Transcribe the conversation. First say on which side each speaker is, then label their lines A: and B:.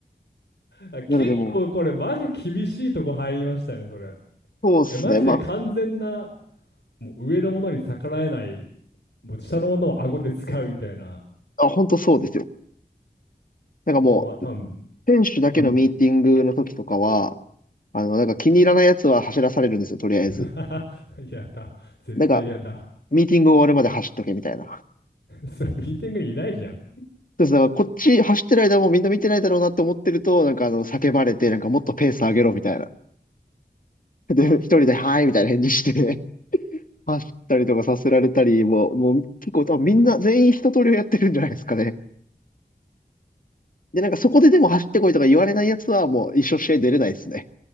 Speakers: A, on the left; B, on the left.
A: あ、結構これマジ厳しいとこ入りましたね、
B: なのでも
A: それ。
B: う、そうっすね。
A: え、マジで完全な、
B: まあ、
A: もう上のものに逆らえない、もう下のものを顎で使うみたいな
B: あ、本当そうですよ。なんかもう、
A: 子は多分、
B: 選手だけのミーティングの時とかは、
A: うん。
B: あの、なんか気に入らないやつは走らされるんですよ、とりあえず。
A: <laughs> やだ。絶対やだ。
B: なんか、ミーティング終わるまで走っとけみたいな。そ
A: <laughs> それミーティングにいないじゃん。
B: うです。だからこっち走ってる間もみんな見てないだろうなって思ってると、なんかあの、叫ばれて、なんかもっとペース上げろみたいな。で、一人で、はい、みたいな返事して <laughs> 走ったりとかさせられたり、もう、もう結構多分みんな全員一通りをやってるんじゃないですかね。で、なんかそこででも走ってこいとか言われないやつはもう一生試合出れないですね。